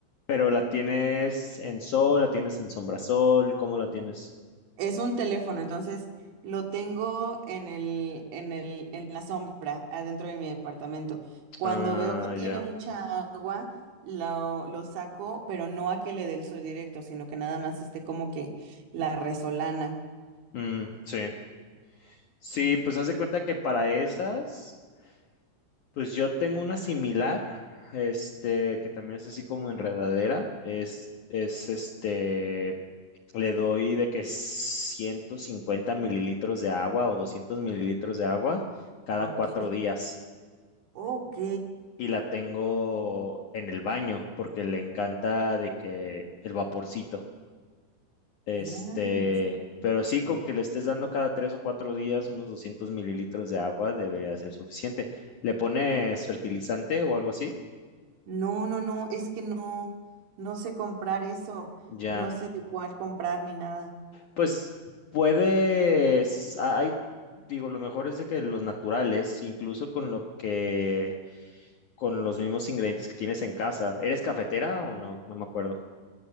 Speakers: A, on the left; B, on the right.
A: Pero la tienes en sol, la tienes en sombrasol, ¿cómo la tienes?
B: Es un teléfono, entonces lo tengo en el, en el, en la sombra, adentro de mi departamento. Cuando
A: Ah,
B: veo que tiene
A: ya.
B: mucha agua, lo, lo saco, pero no a que le dé el sol directo, sino que nada más esté como que la resolana.
A: Mm, sí. Sí, pues haz de cuenta que para esas. Pues yo tengo una similar, este, que también es así como enredadera. Es, es este, le doy de que 150 mililitros de agua o 200 mililitros de agua cada
B: Ok,
A: cuatro días.
B: ok,
A: Y la tengo en el baño porque le encanta de que el vaporcito. Este,
B: nice.
A: pero sí, con que le estés dando cada tres o cuatro días unos 200 mililitros de agua debería ser suficiente. ¿Le pones fertilizante o algo así?
B: No, no, no, es que no, no sé comprar eso,
A: Ya.
B: no sé de cuál comprar ni nada.
A: Pues puedes, a- hay, digo, lo mejor es de que los naturales, incluso con lo que, con los mismos ingredientes que tienes en casa. ¿Eres cafetera o no? No me acuerdo.